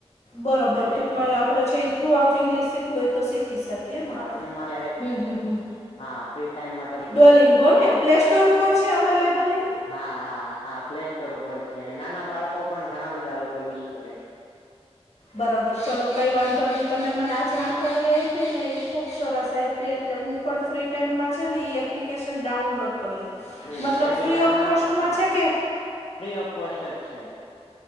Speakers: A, on the left; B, on the left.
A: બરોબર.
B: એટલે
A: ટૂંકમાં, આપણો જી એ થ્રુ આઉટ ઇંગ્લિસ સીખવુ હોય તો સીખી સક કે
B: ક્યારેક
A: ને. હમ્મ, હમ્મ-હમ્મ.
B: હા ફ્રી ટાઈમમાં તમે
A: ડોલિંગો
B: કરી શકો
A: ને પ્લેસ્ ટોર ઉપર છે, અવેલેબલ એ?
B: હા-હા-હા, પ્લે સ્ટોર ઉપર છે. નાના બાળકો પણ ઘણા બધા લોકો યુસ કરે છે. <inaudible>
A: બરોબર. ચલો, કઈ વાંધો નઈ. તમે મને આ
B: છે
A: જાણકારી
B: હા
A: આય પી ને એ ખૂબ સરસ આયપી એટલે હું પણ ફ્રી ટાઈમમાં છે ને, ઈ એપ્ એપ્લિકેશન ડાઉનલોડ કરી લઈશ.
B: હમ
A: મતલબ
B: કેમ કે
A: ફ્રી
B: નાના
A: ઓફ કોસ્ટમાં
B: હા
A: છે કે?
B: ફ્રી ઓફ કોસ્ટ જ છે.